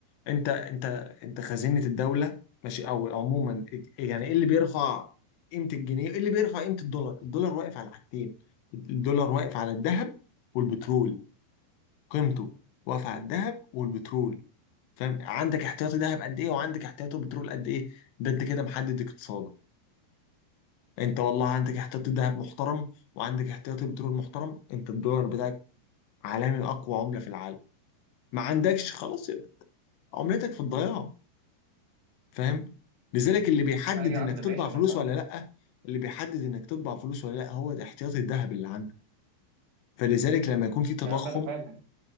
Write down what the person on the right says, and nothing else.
اي يا
عم ماشي
انا فاهم
يا عم انا فاهم